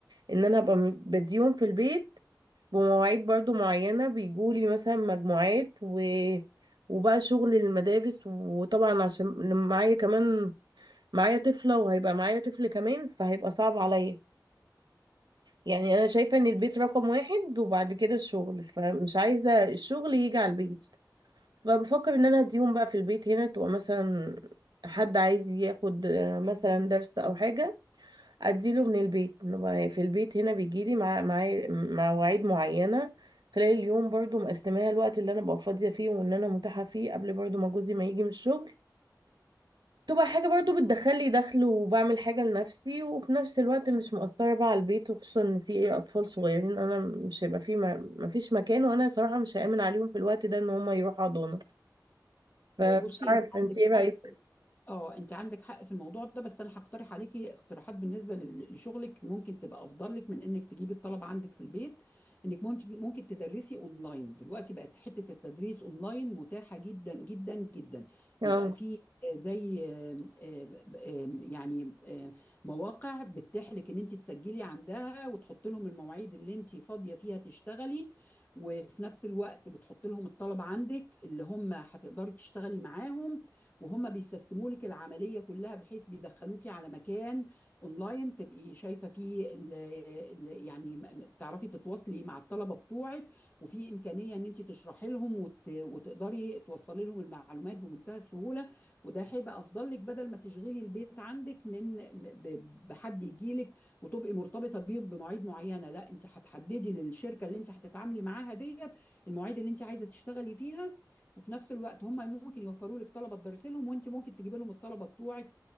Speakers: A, on the right (about 75°); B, on the left (about 25°).
A: ان انا ابقى م- بديهم في البيت بمواعيد برضو معينه بيجولي مثلا مجموعات و... وبقى شغل المدارس وطبعا عشان لما معايا كمان معايا طفله وهيبقى معايا طفل كمان فهيبقى صعب عليا يعني انا شايفه ان البيت رقم واحد وبعد كده الشغل فمش عايزه الشغل يجي على البيت فبفكر ان انا اديهم بقى في البيت هنا تبقى مثلا حد عايز ياخد آه، مثلا درس او حاجه اديله من البيت نبقى في البيت هنا بيجيلي مع مع مواعيد معينه خلال اليوم برضو مقسماها الوقت اللي انا ببقى فاضيه فيه وان انا متاحه فيه قبل برضو ما جوزي ما يجي من الشغل تبقى حاجه برضو بتدخل لي دخل وبعمل حاجه لنفسي وفي نفس الوقت مش مؤثره بقى على البيت وخصوصا ان في ايه اطفال صغيرين انا مش هيبقى في ما فيش مكان وانا صراحه مش هامن عليهم في الوقت ده ان هم يروحوا حضانه فمش
B: آه، بصي
A: عارفة
B: انت
A: انت
B: عندك
A: ايه رأيك
B: حق اه انت عندك حق في الموضوع ده بس انا هقترح عليكي اقتراحات بالنسبه لل- لشغلك ممكن تبقى افضل لك من انك تجيبي الطلبه عندك في البيت انك ممكن ممكن تدرسي اونلاين دلوقتي بقت حته التدريس اونلاين متاحه جدا جدا جدا
A: اه
B: بيبقى فيه آه، زي آم، آم، آم، يعني آم، مواقع بتتيح لك ان انت تسجلي عندها وتحط لهم المواعيد اللي انت فاضيه فيها تشتغلي وفي نفس الوقت بتحط لهم الطلبه عندك اللي هم هتقدري تشتغلي معاهم وهم بيسيستموا لك العمليه كلها بحيث بيدخلوكي على مكان اونلاين تبقي شايفه فيه ال ال يعني م- م- تعرفي تتواصلي مع الطلبه بتوعك وفي امكانيه ان انت تشرحي لهم وت وتقدري توصلي لهم المعلومات بمنتهى السهوله وده هيبقى افضل لك بدل ما تشغلي البيت عندك من ب- بحد يجي لك وتبقي مرتبطه بيه بمواعيد معينه لا انت هتحددي للشركه اللي انت هتتعاملي معاها ديت المواعيد اللي انت عايزه تشتغلي فيها وفي نفس الوقت هم ممكن يوفروا لك طلبه تدرسي لهم وانت ممكن تجيبي لهم الطلبه بتوعك